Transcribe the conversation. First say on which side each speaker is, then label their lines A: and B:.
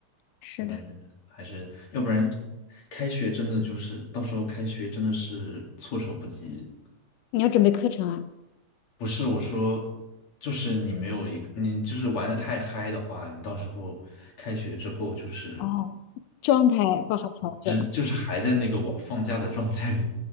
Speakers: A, on the left; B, on the left.
A: 是的，
B: 我感觉还是要不然开学真的就是到时候开学真的是措手不及。
A: 你要准备课程啊。
B: 不是我说，就是你没有一个，你就是玩的太嗨的话，你到时候开学之后就是
A: 哦，状态不好调整。
B: 只就是还在那个我放假的状态里，